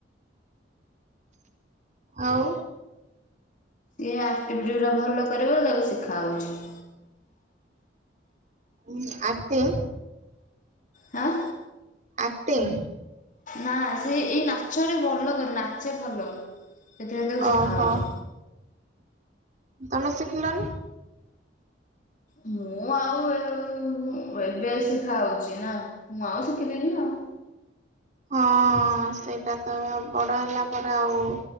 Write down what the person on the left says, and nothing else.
ଇଏ ଆକ୍ଟିଭିଟି ଗୁଡ଼ା ଭଲ କରିବ ତାକୁ ଶିଖାହୋଉଛି।
ହଁ।
ନା ସେ ଏଇ ନାଚରେ ଭଲ କରେ ନାଚେ ଭଲ। ସେଥିପାଇଁ ତାକୁ
ଶିଖା ହଉଛି।
ମୁଁ ଆଉ ଏବେ ଶିଖା ହଉଛି ନା ମୁଁ ଆଉ ଶିଖିଲିନି ଆଉ।